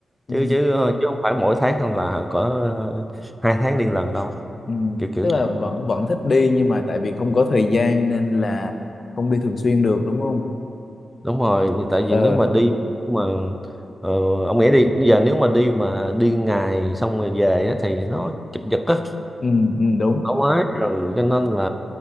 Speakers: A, on the left; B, in the centre.
A: Ừ.
B: chứ chứ ờ, chứ không phải mỗi tháng hay là có ờ, hai tháng đi lần đâu
A: Ừ.
B: kiểu kiểu
A: Tức là
B: vậy
A: vẫn vẫn thích đi nhưng mà tại vì không có thời gian nên là không đi thường xuyên được đúng không?
B: đúng rồi tại
A: Ờ,
B: vì nếu mà đi mà ờ, ông nghĩ đi bây giờ nếu mà đi mà đi ngày xong rồi về á, thì nó chụp giật á
A: Ừ. Ừ. Đúng.
B: không ấy rồi cho nên là